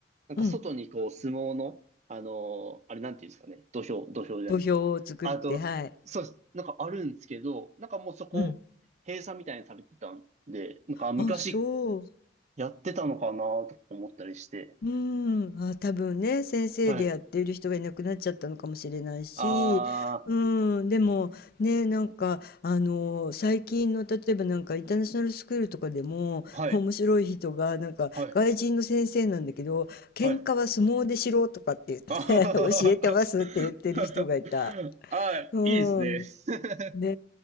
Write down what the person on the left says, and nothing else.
うん、
土俵を作って、
はい。
うん。
あ、そう。
うーん、あ、多分ね、先生でやっている人がいなくなっちゃったのかもしれないし、
うーん、でもね、なんか、あの、最近の例えばなんかインターナショナルスクールとかでも、
面白い人が、なんか外人の先生なんだけど、
喧嘩は相撲でしろとかって言って
<laughs> 教えてますって言ってる人がいた。
うーん。
ね